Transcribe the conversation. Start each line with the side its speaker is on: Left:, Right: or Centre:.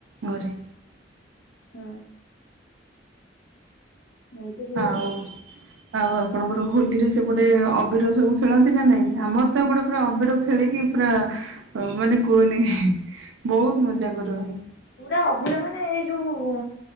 Right: ଘରେ।
Left: ହୁଁ। ଏମିତି ହୁଏ
Right: ଆଉ, ଆଉ ଆପଣଙ୍କର ହୋଲିରେ ସେପଟେ ଅବିର ସବୁ ଖେଳନ୍ତି ନା ନାଇଁ? ଆମର ସେପଟେ ପୁରା ଅବିର ଖେଳିକି ପୁରା ହ ମାନେ କୁହନି, ବହୁତ ମଜା କରୁ ଆମେ।
Left: ପୁରା ଅଭିର ମାନେ ଏଇ ଯୋଉ